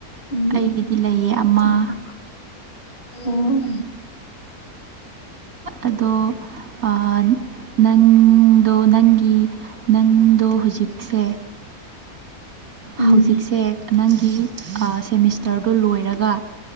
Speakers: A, on the left (about 35°); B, on the right (about 65°).
A: ꯅꯪꯗꯤ
B: ꯑꯩꯒꯤꯗꯤ ꯂꯩꯌꯦ ꯑꯃ
A: ꯅꯨꯄꯥ ꯑꯣ
B: ꯑꯗꯣ ꯑꯥ ꯅꯪꯗꯣ ꯅꯪꯒꯤ ꯅꯪꯗꯣ ꯍꯧꯖꯤꯛꯁꯦ
A: ꯎꯝ
B: ꯍꯧꯖꯤꯛꯁꯦ ꯅꯪꯒꯤ ꯑꯥ ꯁꯦꯃꯤꯁꯇꯔꯗꯣ ꯂꯣꯏꯔꯒ